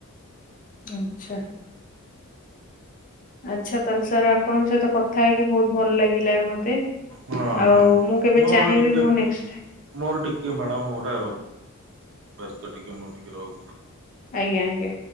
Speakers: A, on the left (about 40°); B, on the right (about 60°).
A: ଆଛା। ଆଚ୍ଛା ତାହେଲେ ସାର୍ ଆପଣଙ୍କ ସହିତ କଥା ହେଇକି ବହୁତ ଭଲ ଲାଗିଲା ମତ୍ ତେ
B: ହଁ
A: ଆଉ
B: ହଁ
A: ମୁଁ କେବେ
B: ମୋର
A: ଚାହିଁବି
B: ଟିକେ
A: ମୁଁ ନେଷ୍
B: ମୋର ଟିକେ ମ୍ୟାଡ଼ାମ ଗୋଟା ବ୍ୟସ୍ତ ଟିକେ ମୁଁ ଟିକେ ରହୁ
A: ଆଜ୍ଞା ଆଜ୍ଞା।